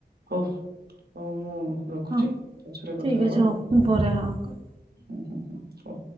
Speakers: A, on the right; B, on the right.
A: ହଉ ହୋଉ ମୁଁ ରଖୁଛି
B: ହଁ
A: ପଛରେ କଥା
B: ଠିକ
A: ହବା
B: ଅଛି ହଉ
A: ଆଉ
B: ମୁ ପରେ ହ-
A: ହୁଁ, ହଉ।